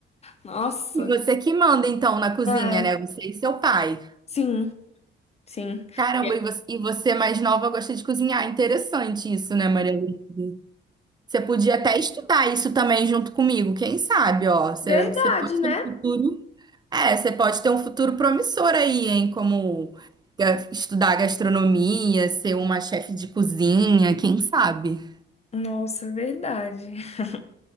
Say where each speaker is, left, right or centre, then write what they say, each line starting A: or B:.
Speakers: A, on the left; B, on the right.
A: Nossa.
B: E você que manda então na cozinha,
A: É.
B: né? Você e seu pai.
A: Sim, sim.
B: Caramba,
A: E é
B: e você, e você mais nova gosta de cozinhar. Interessante isso, né, Maria Luísa? Você podia até estudar isso também junto comigo. Quem sabe, ó. Você,
A: Verdade,
B: você pode
A: né?
B: ter um futuro. É, você pode ter um futuro promissor aí, hein? Como ga- estudar gastronomia, ser uma chefe de cozinha, quem sabe?
A: Nossa, é verdade. <laughs>